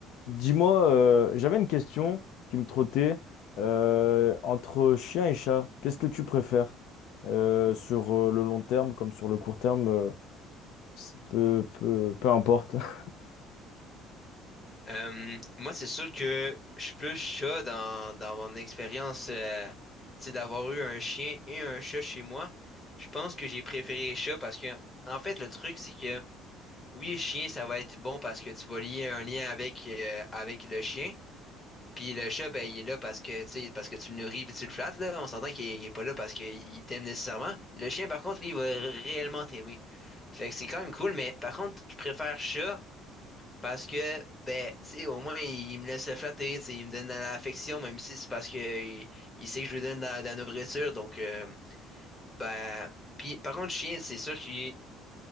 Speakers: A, on the left; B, on the left.
A: Dis-moi, euh, j'avais une question qui me trottait euh, entre chien et chat. Qu'est-ce que tu préfères euh, sur euh, le long terme comme sur le court terme, euh, c'est peu, peu, peu importe. <laughs>
B: Euh, moi, c'est sûr que je suis plus chat dans, dans mon expérience, euh, tu sais, d'avoir eu un chien et un chat chez moi. Je pense que j'ai préféré les chats parce que, en fait, le truc, c'est que oui, le chien, ça va être bon parce que tu vas lier un lien avec, euh, avec le chien. Puis le chat, ben, il est là parce que, tu sais, parce que tu le nourris puis tu le flattes, là. On s'entend qu'il est, il est pas là parce qu'il t'aime nécessairement. Le chien, par contre, lui, il va réellement t'aimer. Fait que c'est quand même cool, mais par contre, je préfère chat parce que, ben, tu sais, au moins, il, me laisse flatter, tu sais, il me donne de l'affection, même si c'est parce que il, il sait que je lui donne de la, de la nourriture. Donc, euh, ben, puis, par contre, chien, c'est sûr qu'il